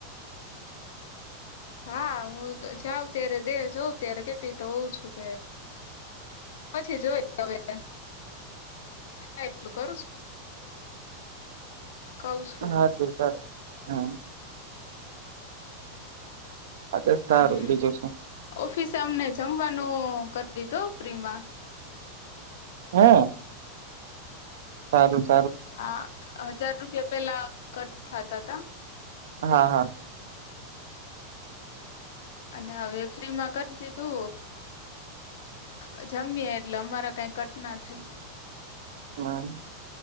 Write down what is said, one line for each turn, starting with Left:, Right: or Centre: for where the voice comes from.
Left: હા. હું જાઉં ત્યારે દે જોઉં ત્યારે કેતી તો હોઉ છું કે પછી જોય હવે, <unintelligible> થાયએટલું કરું કઉ છું
Right: હા. ક <unintelligible> હા હા તો સારું
Left: હમ્મ
Right: બીજું શું
Left: ઓફિસે અમને જમવાનું કરી દીધું. ફ્રિ મા
Right: હમ્મ સારું છે.
Left: હા. હજાર રૂપિયા પેલા કટ થતા તા.
Right: હા હા
Left: અને હવે ફ્રીમાં કર દીધુ અ જમીએ એટલે અમારા કઈ કટ ના થાય.
Right: હમ્મ